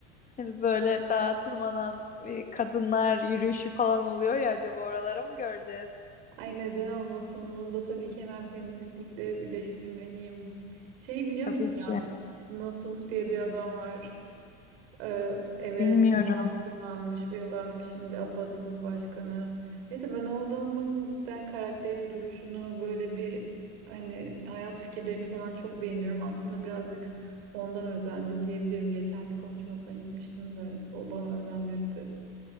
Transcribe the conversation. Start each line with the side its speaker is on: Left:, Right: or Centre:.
Left: Hani böyle dağa tırmanan e, kadınlar yürüyüşü falan oluyor ya acaba oralara mı göreceğiz?
Right: Ay neden olmasın? Bunu da tabii ki hemen feministlikle birleştirmeliyim. Şey biliyor
Left: Tabii
Right: musun ya
Left: ki.
Right: Nasuh diye bir adam var. Ee, Everest'e
Left: Bilmiyorum.
Right: falan tırmanmış bir adam. Şimdi APAD'ın başkanı. Neyse ben o adamın cidden karakterini, duruşunu böyle bir hani hayat fikirlerini falan çok beğeniyorum. Aslında birazcık ondan özendim diyebilirim. Geçen bir konuşmasına gitmiştim de o bana özendirdi.